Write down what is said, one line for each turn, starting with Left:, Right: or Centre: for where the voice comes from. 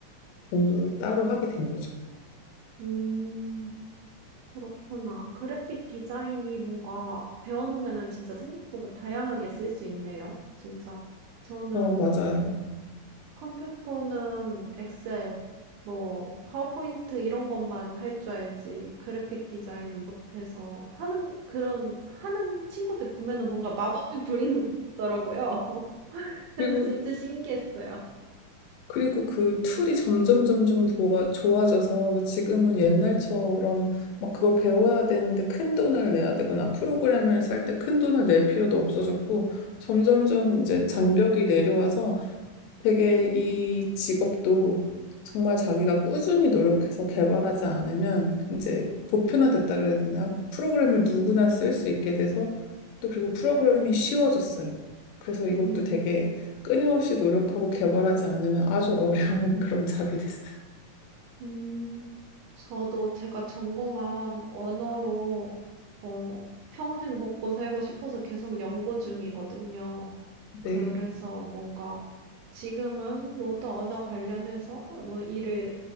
Left: 공부를 따로 하게 된 거죠.
Right: 음, 그렇구나. 그래픽 디자인이 뭔가 배워놓으면은 진짜 생각보다 다양하게 쓸 수 있네요. 진짜. 저는
Left: 어, 맞아요.
Right: 컴퓨터는 엑셀, 뭐, 파워포인트 이런 것만 할 줄 알지, 그래픽 디자인은 못해서 하는, 그런, 하는 친구들 보면은 뭔가 마법을 <laughs> 부리는 것 같더라고요. <laughs> 그래서
Left: 그리고,
Right: 진짜 신기했어요.
Left: 그리고 그 툴이 점점 점점 도와, 좋아져서 지금은 옛날처럼 막 그걸 배워야 되는데 큰 돈을 내야 되거나 프로그램을 살 때 큰 돈을 낼 필요도 없어졌고 점점점 이제 장벽이 내려와서 되게 이 직업도 정말 자기가 꾸준히 노력해서 개발하지 않으면 이제 보편화됐다 그래야 되나? 프로그램을 누구나 쓸 수 있게 돼서 또 그리고 프로그램이 쉬워졌어요. 그래서 이것도
Right: 음,
Left: 되게 끊임없이 노력하고 개발하지 않으면 아주 어려운 <laughs> 그런 잡이 됐어요.
Right: 음, 저도 제가 전공한 언어로, 어, 평생 먹고 살고 싶어서 계속 연구 중이거든요. 그래서
Left: 네.
Right: 뭔가 지금은 뭐 또 언어 관련해서 뭐 일을